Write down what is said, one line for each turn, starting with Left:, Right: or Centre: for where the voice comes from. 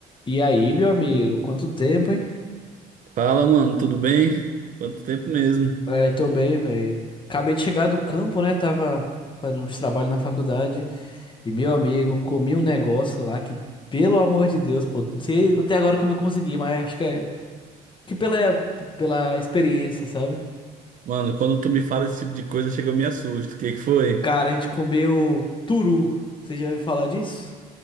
Left: E aí, meu amigo, quanto tempo, hein?
Right: Fala, mano, tudo bem? Quanto tempo mesmo?
Left: É, tô bem, velho. Acabei de chegar do campo, né? Tava fazendo uns trabalhos na faculdade. E, meu amigo, comi um negócio lá que, pelo amor de Deus, pô, não sei até agora como eu consegui, mas acho que é que pela, pela experiência, sabe?
Right: Mano, quando tu me fala esse tipo de coisa, chega eu me assusto. O que que foi?
Left: Cara, a gente comeu turu. Você já ouviu falar disso?